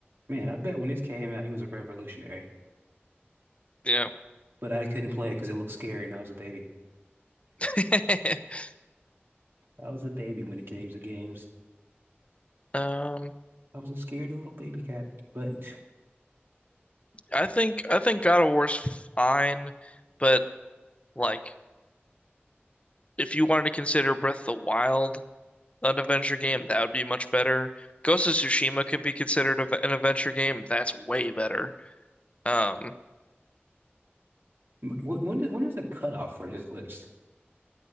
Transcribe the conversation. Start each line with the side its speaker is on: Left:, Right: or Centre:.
Right: man, I bet when this came out, it was a revolutionary.
Left: Yeah.
Right: But I couldn't play it because it looked scary, and I was a baby.
Left: <laughs>
Right: I was a baby when it came to games.
Left: Um,
Right: I was a scaredy little baby cat. But
Left: I think I think God of War's fine, but like if you wanted to consider Breath of the Wild an adventure game, that would be much better. Ghost of Tsushima could be considered an adventure game. That's way better. Um,
Right: wh- when when is the cutoff for this list?